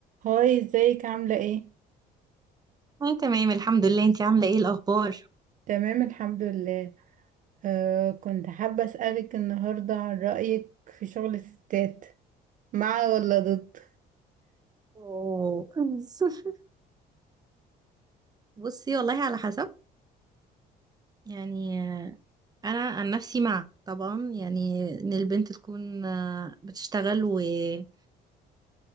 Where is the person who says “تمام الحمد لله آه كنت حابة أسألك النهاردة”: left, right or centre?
Right